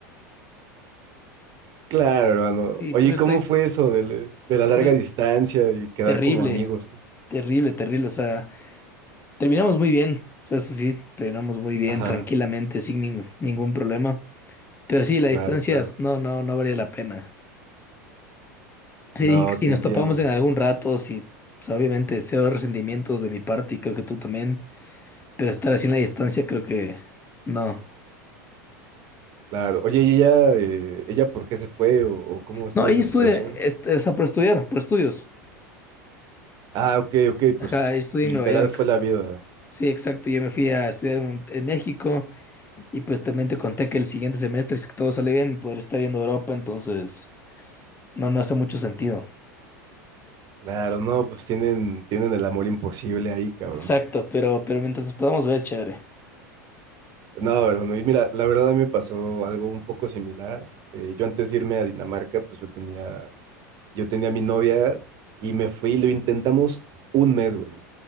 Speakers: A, on the right; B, on the left.
A: Claro, hermano.
B: Sí,
A: Oye,
B: pero estoy,
A: ¿cómo fue eso de, la de la larga
B: pero es
A: distancia y quedar
B: terrible,
A: como amigos?
B: terrible, terrible, o sea, terminamos muy bien, o sea, eso sí, terminamos muy bien,
A: Ajá,
B: tranquilamente, sin nin- ningún problema. Pero sí, la
A: claro,
B: distancia
A: claro.
B: es- no, no, no valía la pena. Sí,
A: No,
B: dije si
A: te
B: nos
A: entiendo.
B: topamos en algún rato, sí, o sea, obviamente cero resentimientos de mi parte y creo que tú también, pero estar así en la distancia creo que no.
A: Claro. Oye, ¿y ella, eh, ella por qué se fue o, o cómo estuvo
B: No, ella
A: esa
B: estudia,
A: situación?
B: est- o sea, por estudiar, por estudios.
A: Ah, ok, ok,
B: Ajá,
A: pues
B: ella estudia
A: literal
B: en Nueva York.
A: fue la vida.
B: Sí, exacto, yo me fui a estudiar en, un- en México y pues también te conté que el siguiente semestre, si todo sale bien, podré estar viendo Europa, entonces no, no hace mucho sentido.
A: Claro, no, pues tienen, tienen el amor imposible ahí, cabrón.
B: Exacto, pero, pero mientras nos podamos ver, chévere.
A: No, hermano, y mira, la verdad a mí me pasó algo un poco similar. Eh, yo antes de irme a Dinamarca, pues yo tenía, yo tenía a mi novia y me fui, lo intentamos un mes, güey.